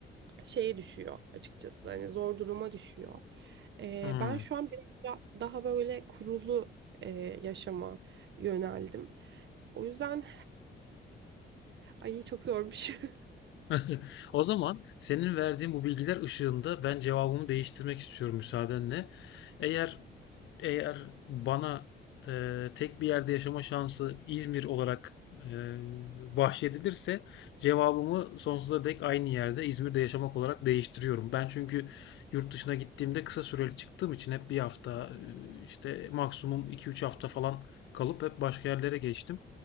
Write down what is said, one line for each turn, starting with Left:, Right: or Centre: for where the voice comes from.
Right: şeye düşüyor açıkçası. Hani zor duruma düşüyor. Ee,
Left: Hıı.
Right: ben şu an biraz da- daha böyle kurulu e, yaşama yöneldim. O yüzden ay çok zormuş. <laughs>
Left: <laughs> O zaman senin verdiğin bu bilgiler ışığında ben cevabımı değiştirmek istiyorum müsaadenle. Eğer eğer bana e, tek bir yerde yaşama şansı İzmir olarak e, bahşedilirse cevabımı sonsuza dek aynı yerde İzmir'de yaşamak olarak değiştiriyorum. Ben çünkü yurt dışına gittiğimde kısa süreli çıktığım için hep bir hafta e, işte maksimum iki üç hafta falan kalıp hep başka yerlere geçtim.